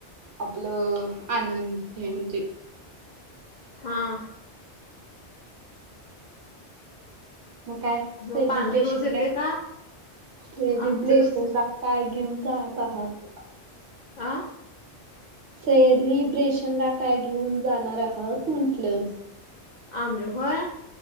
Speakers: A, on the right (about 70°); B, on the left (about 55°).
A: आपपल अनी.
B: हां.
A: म काय सेलीब्रेशनला
B: मग पाणी रोज येते का
A: सेलिब्लेशनला.
B: आमचं कस
A: काय घेऊन जात आहात?
B: आह.
A: सेलिब्रेशनला काय घेऊन जाणार आहात म्हंटलं?
B: आंमबल होय